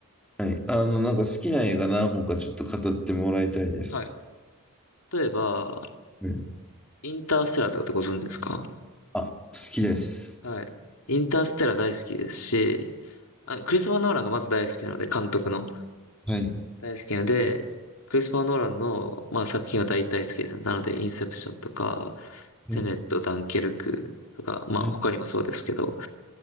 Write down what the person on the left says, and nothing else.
はい。例えば、
インターステラーとかってご存知ですか
はい。インターステラー大好きですし、あ、クリストファー・ノーランがまず大好きなので、監督の
大好きなので、クリストファー・ノーランの、まあ、作品は大体好きですね。なので、インセプションとか、テネット、
ダンケルクとか、まあ、
他にもそうですけど、